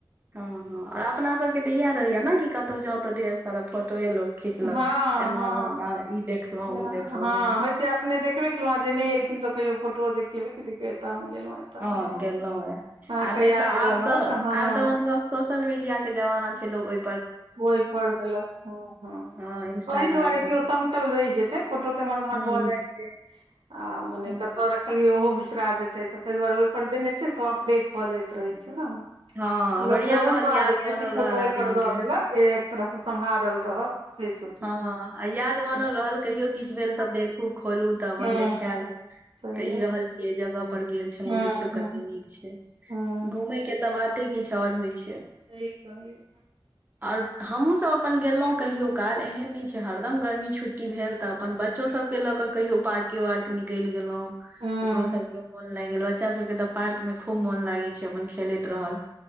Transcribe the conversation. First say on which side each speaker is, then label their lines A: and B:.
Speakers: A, on the right; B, on the right.
A: हाँ आओर अपना सबके तऽ इएह रहैया ने की कतौ जाउ तऽ ढेर सारा फोटए लो खिचलक
B: हँ
A: एना
B: हँ
A: ओना ई देखलौं
B: जेना
A: उ देखलौं
B: हँ होइ छै अपने देखबे केलौं आ जे नय एलखिन तो कहियो फोटो देखेबे कि देखब एते हम गेलौं एतऽ हम
A: हँ
B: गेलौं
A: गेलहुँ हे
B: हाँ एकता
A: आ नहि
B: याद
A: तऽ आब
B: रहत
A: तऽ
B: हाँ
A: आब तऽ मतलब सोशल मीडिया के जमाना छै लोग ओइ
B: ओइ पर देलक हाँ हाँ
A: हँ इंस्टाग्राम
B: ओहि दुआरे की
A: पर
B: ओ समटल रहि जेतै फोटो ते एम्हर उम्हर
A: हूँ
B: भऽ जाइ छै आ मने
A: हूँ
B: कत कहलियै ओहो बिसरा जेतै तऽ ताहि दुआरे ओहि पर देने छियै ने तऽ ओ अपडेट भऽ जाइत रहै छै न लोक
A: हँ बढ़िआँ
B: तहु
A: रहल
B: दुआरे
A: याद
B: बेसी
A: बनल
B: फोटो
A: रहल आदमी
B: ओहिपर दऽ
A: के
B: देलक जे एक तरहसँ सम्हारल रहत से सोचै
A: हाँ
B: छै
A: आ याद बनल
B: हूँ
A: रहल कहियो किछु भेल तऽ देखू खोलू तऽ अपन
B: हूँ
A: देखायल
B: हूँ सही
A: तऽ
B: बात
A: ई रहल की अहि जगह पर गेल छलहुँ
B: हूँ
A: देखियो
B: हूँ
A: कते नीक छै
B: हूँ
A: घूमय के तऽ बाते किछु आओर होइ छै।
B: सहि कहलिए
A: आओर हमहुँ सब अपन गेलहुँं कहियो काल एहन नय छै हरदम गर्मी छुट्टी भेल तऽ अपन बच्चो सब के ल के कहियो पार्के वार्के निकलि गेलौं
B: हूँ
A: ओकरो सबके मोन लागि गेल बच्चा सबके तऽ पार्क मे खूब मोन लागै छै अपन खेलैत रहल